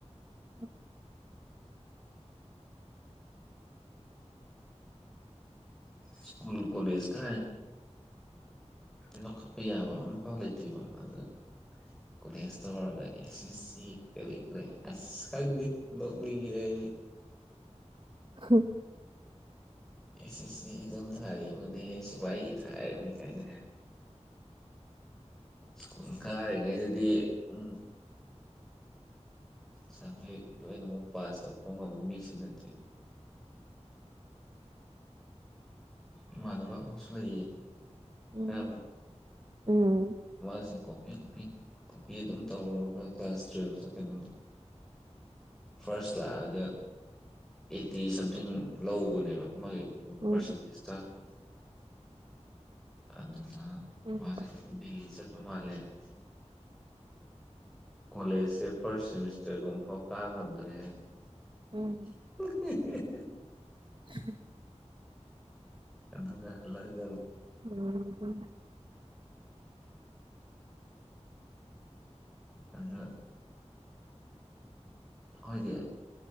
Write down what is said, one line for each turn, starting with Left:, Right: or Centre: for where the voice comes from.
Right: <unintelligible>
Centre: ꯁꯀꯨꯜ ꯀꯣꯂꯦꯖ ꯀ ꯂꯧꯈꯠꯄ ꯌꯥꯕ ꯑꯃꯝꯐꯥꯎ ꯂꯩꯇꯦꯕ ꯑꯗ ꯀꯣꯂꯦꯖꯇ ꯑꯣꯏꯔꯒ ꯁꯤ ꯁꯤ ꯀꯔꯦ ꯀꯔꯦ ꯑꯁ ꯈꯪꯗꯤ ꯅꫭꯛꯅꯤꯡꯉꯤꯗ ꯑꯩꯗꯤ
Right: ꯍꯝ
Centre: ꯑꯦ ꯑꯦꯁ ꯁꯤ ꯑꯦꯛꯖꯝ ꯊꯥꯔꯤꯕꯅꯦ ꯁꯤꯚꯏꯒꯤ ꯊꯥꯔꯅꯤ ꯀꯥꯏꯅ ꯁ꯭ꯀꯨꯜ ꯀꯥꯔꯤꯉꯩꯗꯗꯤ ꯎꯝ ꯁꯕꯖꯦꯛ ꯂꯣꯏꯅꯃꯛ ꯄꯥꯁ ꯇꯧ ꯉꯝꯕ ꯃꯤꯁꯨ ꯅꯠꯇꯦ ꯏꯃꯥꯗꯅꯕ ꯑꯃꯁꯨ ꯂꯩꯌꯦ
Right: ꯎꯝ
Centre: ꯇꯕ꯭ꯔꯥ
Right: ꯎꯝ
Centre: ꯃꯥꯁꯦ ꯀꯣꯄꯤ ꯀꯣꯄꯤ ꯀꫭꯄꯤ ꯑꯗꯨꯝ ꯇꯧꯔꯒ ꯀ꯭ꯂꯥꯁ ꯇꯨꯋꯦꯜꯐꯇ ꯀꯩꯅꯣꯅꯤ ꯐꯥꯔꯁ ꯂꯥꯛꯑꯒ ꯑꯦꯠꯇꯤ ꯁꯝꯊꯤꯡ ꯂꯧꯕꯅꯦꯕ ꯃꯥꯒꯤ
Right: ꯎꯝ
Centre: ꯄꯔꯁꯦꯟꯇꯦꯖꯇ ꯑꯗꯨꯗ
Right: ꯎꯝ
Centre: ꯃꯥꯁ ꯗꯜꯂꯤ ꯆꯠꯄ ꯃꯥꯂꯦ ꯀꯣꯂꯦꯖꯁꯦ ꯐꯥꯔꯁꯠ ꯁꯤꯃꯤꯁꯇꯔꯒꯨꯝꯕ ꯐꯥꯎ ꯀꯥ ꯉꯝꯗ꯭ꯔꯦ ꯍꯥꯏꯅꯤ
Right: ꯎꯝ
Centre: <unintelligible>
Right: <unintelligible>
Centre: ꯑꯗꯨꯒ ꯍꯂꯛ
Right: ꯎꯝ
Centre: ꯑꯗ
Right: <unintelligible>
Centre: ꯑꯩꯈꫭꯏꯗꯤ